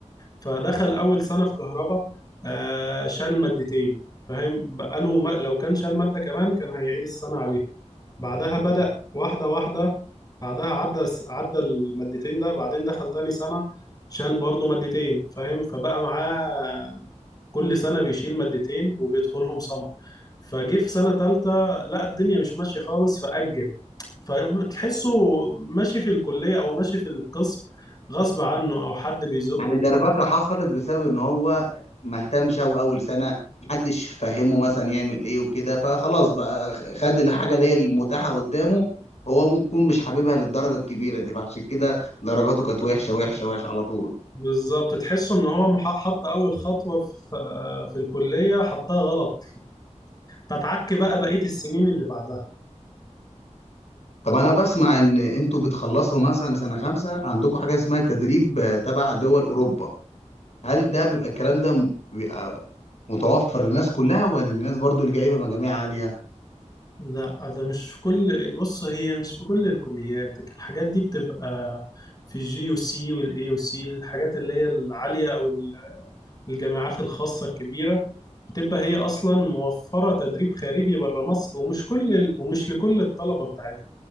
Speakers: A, on the left; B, on the left.
A: فدخل اول سنه في كهربا آه، شال مادتين فاهم بقاله ما لو كان شال ماده كمان كان هيعيد السنه عليها بعدها بدأ واحده واحده بعدها عدى س- عدى المادتين ده بعدين دخل تاني سنه شال برضه مادتين فاهم فبقى معاه كل سنة بيشيل مادتين وبيدخلهم سمر فجه في سنة تالتة لا الدنيا مش ماشية خالص فأجل فتحسه ماشي في الكلية أو ماشي في القسم غصب عنه أو حد بيزقه
B: يعني دربكة حصلت بسبب ان هو ما اهتمش او اول سنة محدش فهمه مثلا يعمل ايه وكده فخلاص بقى خد الحاجة اللي هي المتاحة قدامه هو ممكن يكون مش حاببها للدرجة الكبيرة دي فعشان كده درجاته كانت وحشة وحشة وحشة على طول
A: بالظبط تحسه إن هو مح- حط أول خطوة في في الكلية حطها غلط فتتعك بقى بقية السنين اللي بعدها
B: طب انا بسمع ان انتوا بتخلصوا مثلا سنة خمسة عندكم حاجة اسمها تدريب آه، تبع دول اوروبا هل ده بيبقى الكلام ده م- بيبقى متوفر للناس كلها ولا للناس برضو اللي جايبة مجاميع عالية
A: لا ده مش في كل بص هي مش في كل الكليات الحاجات دي بتبقى في الجي يو سي والاي يو سي الحاجات اللي هي العالية أو الجامعات الخاصة الكبيرة بتبقى هي أصلا موفرة تدريب خارجي بره مصر ومش كل ال... ومش لكل الطلبة بتاعتها